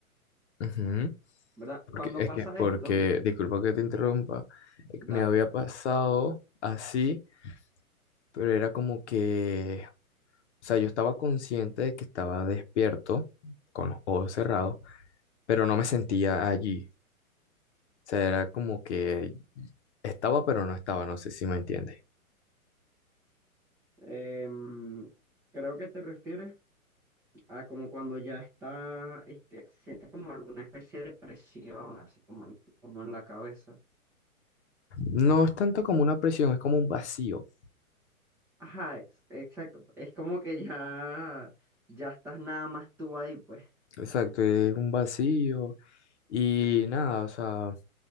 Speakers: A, on the left; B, in the centre.
A: Ujú.
B: ¿verdad?
A: Porque
B: Cuando
A: es
B: pasa
A: que, porque,
B: esto,
A: disculpa que te interrumpa, eh,
B: dale.
A: me había pasado así, pero era como que, o sea, yo estaba consciente de que estaba despierto, con los ojos cerrados, pero no me sentía allí. O sea, era como que estaba, pero no estaba, no sé si me entiendes.
B: Em, creo que te refieres Ah, como cuando ya está, este, sientes como alguna especie de presión, así como en, como en la cabeza.
A: No es tanto como una presión, es como un vacío.
B: Ajá, ex- exacto. Es como que ya, ya estás nada más tú ahí, pues.
A: Exacto, es un vacío y nada, o sea,